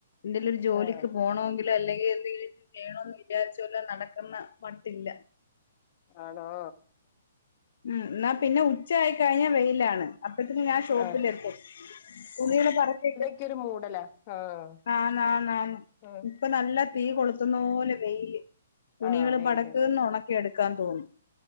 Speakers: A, on the left; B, on the left.
A: എന്തെലൊരു ജോലിക്ക്
B: ആഹ്
A: പോണോങ്കി ഇല്ല. ഇല്ലെങ്കി എന്തെങ്കിലും വേണോന്ന് വിചാരിച്ചോലെ നടക്കുന്ന മട്ടില്ല.
B: ആണോ.
A: ഉം. ഇന്നാ പിന്നെ ഉച്ചായിക്കഴിഞ്ഞാ വെയ്ലാണ്. അപ്പത്തിന് ഞാൻ. ഷോപ്പ്ലെത്തും
B: ആഹ്
A: തുണി <unintelligible>
B: ക്കെരുമൂടലാ. ആഹ്.
A: ആന്നാന്നാന്നാന്ന്.
B: ആഹ്
A: ഇപ്പം നല്ല തീ കൊള്ത്തുന്നോലെ വെയ്ല്. തുണികള്
B: ആഹ് വെയിലുണ്ട്
A: ബട്ക്ക്ന്ന് ഒണക്കിയെടുക്കാൻതോന്നും.